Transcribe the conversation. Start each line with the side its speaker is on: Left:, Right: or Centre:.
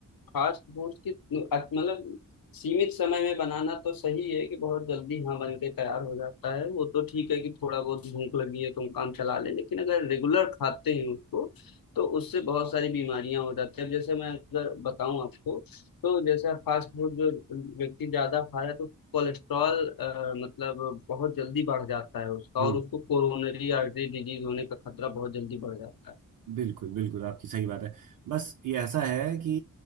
Left: फास्ट फूड की अत- मतलब सीमित समय में बनाना तो सही है कि बहुत जल्दी हाँ बन के तैयार हो जाता है वो तो ठीक है कि थोड़ा बहुत भूख लगी है तो हम काम चला लें लेकिन अगर रेगुलर खाते हैं उसको तो उससे बहुत सारी बीमारियां हो जाती है अब जैसे मैं अगर बताऊं आपको तो जैसे फास्ट फूड जो व्यक्ति ज्यादा खा रहा है तो कोलेस्ट्रॉल अ, मतलब बहुत जल्दी बढ़ जाता है उसका
Right: हम्म
Left: और उसको कोरोनरी आर्टरी डिजीज होने का खतरा बहुत जल्दी बढ़ जाता है
Right: बिल्कुल बिल्कुल आपकी सही बात है बस ये ऐसा है कि